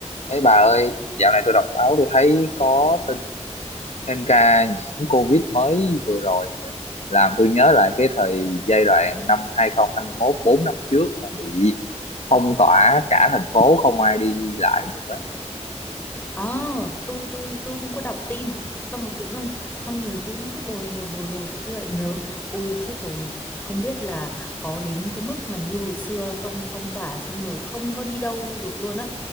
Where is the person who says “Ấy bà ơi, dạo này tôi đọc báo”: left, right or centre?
Left